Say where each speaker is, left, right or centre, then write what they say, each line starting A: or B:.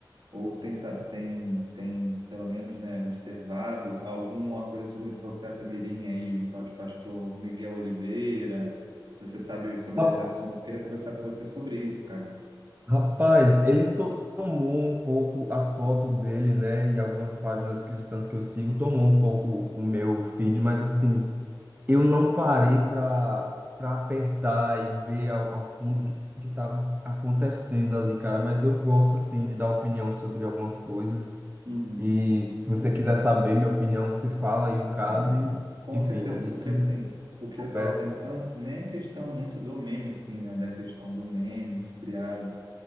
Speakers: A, on the right (about 60°); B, on the right (about 25°).
A: ou tem, sa- tem, tem pelo menos, né, observado alguma coisa sobre o profeta Mirim aí, um tal de pastor Miguel Oliveira. Você sabe sobre
B: Ra-
A: esse assunto? Queria conversar com você sobre isso, cara.
B: Rapaz, ele to- tomou um pouco a foto dele, né? E algumas páginas cristãs que eu sigo tomou um pouco o meu feed, mas assim, eu não parei pra, pra apertar e ver ao, ao fundo o que, que tava acontecendo ali, cara. Mas eu gosto, assim, de dar opinião sobre algumas coisas.
A: Uhum.
B: E se você quiser saber minha opinião, você fala aí o caso
A: Não,
B: e,
A: com
B: enfim,
A: certeza,
B: a gente
A: porque assim, o que
B: conversa.
A: eu estava pensando nem é questão muito do meme, sim, né? Da questão do meme que criaram